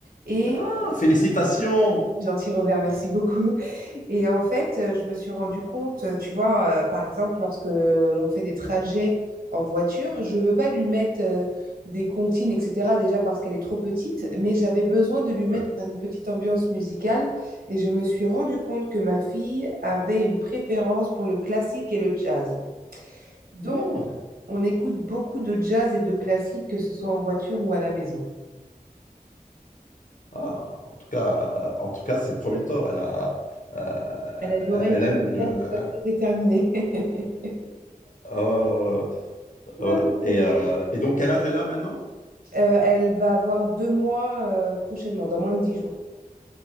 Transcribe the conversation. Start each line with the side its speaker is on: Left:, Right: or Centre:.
Right: Et
Left: Ah, félicitations!
Right: Gentil Robert, merci beaucoup. Et en fait, euh, je me suis rendu compte, euh, tu vois, euh, par exemple, lorsque l'on fait des trajets en voiture, je veux pas lui mettre euh, des comptines, etc., déjà parce qu'elle est trop petite, mais j'avais besoin de lui mettre
Left: Ouais.
Right: une petite ambiance musicale. Et je me suis rendu compte que ma fille avait une préférence pour le classique et le jazz. Donc,
Left: Hmm.
Right: on écoute beaucoup de jazz et de classique, que ce soit en voiture ou à la maison.
Left: Ah, en tout cas, euh, en tout cas, c'est prometteur. Elle a, euh,
Right: Elle a une oreille
Left: elle
Right: musicale
Left: aime. euh,
Right: déjà
Left: un-
Right: très déterminée. <laughs>
Left: oh,
Right: Non,
Left: ouais. ouais.
Right: non,
Left: Et,
Right: c'est
Left: euh, et donc, quel âge elle a maintenant?
Right: Euh, elle va avoir deux mois euh, prochainement, dans moins de dix jours.